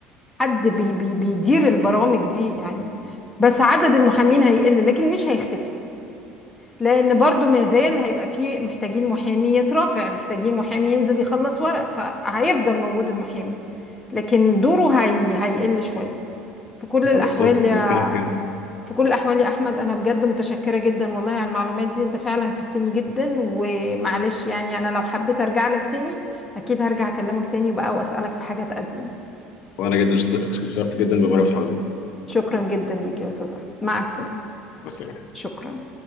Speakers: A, in the centre; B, on the left.
A: حد بي بي بيدير البرامج دي يعني بس عدد المحامين هيقل لكن مش هيختفي لأن برضو ما زال هيبقى فيه محتاجين محامي يترافع محتاجين محامي ينزل يخلص ورق فهيفضل موجود المحامي لكن دوره هي هيقل شوية في كل الأحوال
B: اه بالظبط
A: يعني.
B: انا بتكلم في كده
A: في كل الأحوال يا أحمد أنا بجد متشكرة جدا والله على المعلومات دي أنت فعلا فدتني جدا ومعلش يعني أنا لو حبيت أرجع لك تاني أكيد هرجع أكلمك تاني بقى وأسألك في حاجات أزيد
B: وانا جدا شط- اتشرفت جدا بمعرفة حضرتك
A: شكرا جدا ليك يا أستاذ أحمد مع السلامة
B: مثلا
A: شكرا